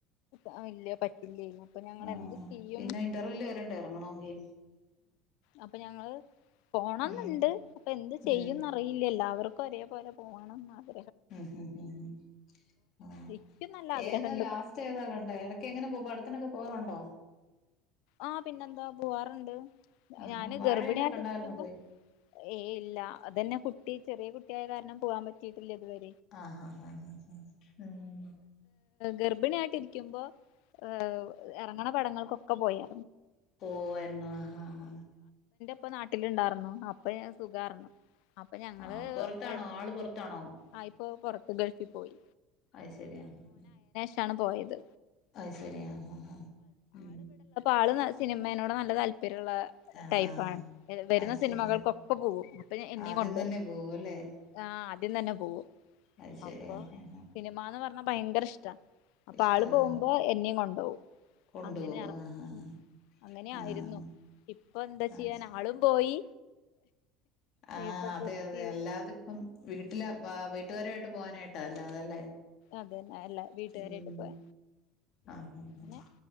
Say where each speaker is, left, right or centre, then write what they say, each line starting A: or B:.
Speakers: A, on the left; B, on the left.
A: ആഹ് ഇല്ല പറ്റുല്ലേ അപ്പ ഞങ്ങള്
B: ആഹ്
A: എന്ത് ചെയ്യും
B: പിന്നെ ഇന്റർവെല്ല് വരണ്ടേ എറങ്ങണോങ്കി
A: അപ്പ ഞങ്ങള് പോണന്ന്ണ്ട്
B: ഉം
A: അപ്പം എന്ത്
B: ഉം
A: ചെയ്യുംന്ന് അറിയില്ലല്ല അവർക്ക് ക്ക് ഒരേ പോലെ പോണം അത്
B: മ് മ് ആഹ്
A: ഇക്കും നല്ല ആഗ്രഹണ്ട്
B: ഏതാ ലാസ്റ്റ് ഏതാ കണ്ടേ ഏതൊക്കെ എങ്ങനെ പോ പടത്തിനൊക്കെ പോവാറുണ്ട ട്ടോ
A: ആഹ് പിന്നെന്താ പോവാറുണ്ട്
B: ആഹാ
A: ഞാന്
B: വാഴയൊക്കെ
A: ഗർഭിണിയായിട്ടിരിക്കുമ്പോ
B: കണ്ടായിരുന്നോ പോയി
A: ഏഹ് ഇല്ല അതന്നെ കു കുട്ടി ചെറിയ കുട്ടിയായ കാരണം പോകാൻ പറ്റയിട്ടില്ല ഇതുവരെ
B: ആഹ് ഹ ഹ ഹ ഉം
A: ഗർഭിണി ആയിട്ട് ഇരിക്കുമ്പോ ഏഹ് എറങ്ങണ പടങ്ങൾക്കൊക്ക് ക്ക പോയേ
B: പോവാര്ന്നു ഹ ഹ ഹ
A: പ്പ നാട്ടിലിണ്ടാർന്നു അം പ്പയ സുഖാർന്നു അപ്പ ഞങ്ങള്
B: ആഹ് പൊറത്താണോ
A: എട്
B: ആള് പൊറത്താണോ
A: ആഹ് ഇപ്പൊ പൊറത്ത് ഗൾഫി പോയി
B: അത് ശരിയാ മ്
A: ട്ടാണ് പോയത്
B: അത് ശരി ആഹ് ആഹ് ഉം
A: ആള്ന്ന് സിനിമേനോട് നല്ല താൽ വരുള്ള
B: ആഹ്
A: ടൈപ്പാണ് വരുന്ന
B: അത്
A: സിനിമകൾക്കൊക്കെ
B: ശരിയാ
A: പോകും അപ്പൊ എന്നേം
B: ആദ്യം
A: കൊണ്ടോവും
B: തന്നെ പോവുല്ലേ
A: ആഹ് ദ്യം തന്നെ പോവും
B: അത് ശരി
A: അപ്പൊ
B: ആഹ് ആഹ് ആഹ്
A: സിനിമാന്ന് പർഞ്ഞാ ഭയങ്കര ഇഷ് അപ്പൊ
B: ഇഷ്ടവാ
A: ആള് പോവുമ്പോ എന്നേം കൊണ്ടോവും
B: കൊണ്ടുപോകും
A: അങ്ങന്യായാണ്
B: ആഹ്
A: അങ്ങനെയായിരുന്നു
B: ആഹ് ആഹ്
A: ഇപ്പന്ത ചെയ്യാനാ
B: അത് ശരി
A: ആളും പോയി
B: ആഹ്
A: ഇപ്പൊ
B: അതെ
A: കുട്ടി
B: അതെ അല്ലാതിപ്പം വീട്ടില് വ വീട്ടുകാരായിട്ട് പോകാനായിട്ടാ അല്ലാതല്ലേ
A: അതന്ന അല്ല വീട്ടുകാരായിട്ട്
B: ഉം
A: പോയ
B: ആഹ് ആഹ്
A: ങ്ങനെ